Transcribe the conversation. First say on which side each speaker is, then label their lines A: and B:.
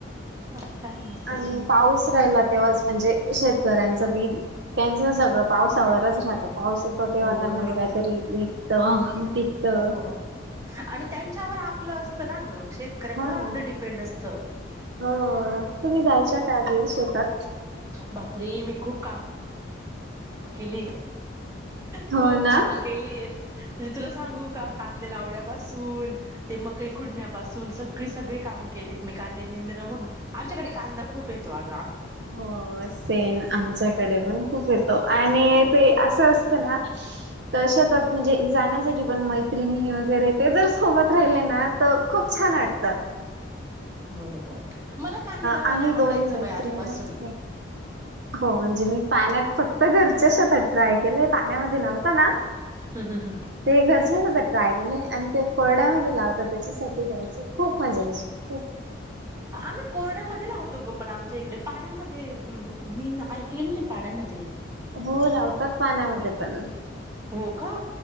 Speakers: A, on the right; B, on the right.
A: बाकी, काय म्हणतेस
B: आणि
A: अजून
B: पाऊस राहिला तेव्हाच म्हणजे शेतकऱ्यांचं बी त्यांचं सगळं, पावसावरच राहतं. पाऊस येतो तेव्हा
A: हो
B: त्यांना,
A: ग
B: बी काहीतरी निघत पिकतं.
A: हो हो हो आणि त्यांच्यावर आपलं असतं ना ग, शेतकऱ्यांवर
B: हो
A: आपलं
B: ना
A: डिपेंड असतं.
B: हो तुम्ही जायच्या का आधी शेतात?
A: बापरे मी खूप काम काम केली
B: हो
A: खूप
B: ना
A: काम केली आहेत. म्हणजे तुला सांगू का कांदे लावण्यापासून, ते मकई खुडण्यापासून सगळी सगळी काम केलेत मी कांदे निंदण म्हणून, आमच्याकडे कांदा खूप येतो अग,
B: हो सेम आमच्याकडे पण खूप, आणि ते अस असत, ना शेतात म्हणजे पण मैत्रिणी वगैरे ते जर सोबत राहिले ना, तर खूप छान वाटत.
A: बरोबर मला कांदे लावायला
B: आम्ही दोन
A: आवडायचं
B: मैत्रिणी
A: बाय आधीपासून.
B: होतो. हो म्हणजे मी पाण्यात फक्त घरच्या शतात ट्राय केलंय, पाण्यामध्ये लावता ना. <unintelligible>
A: हम् हम हम
B: ते घरचच होता ट्राय केलं. आणि ते कोरड्यामध्ये लावतात, त्याच्यासाठी जायचं खूप मजा यायची खूप.
A: आम्ही कोरड्यामध्ये लावतो गो पण, आमच्या इकडे पाण्यामध्ये मी ऐकलेलं नाही पाण्यामध्ये,
B: हो लावतात पाण्यामध्ये पण
A: हो का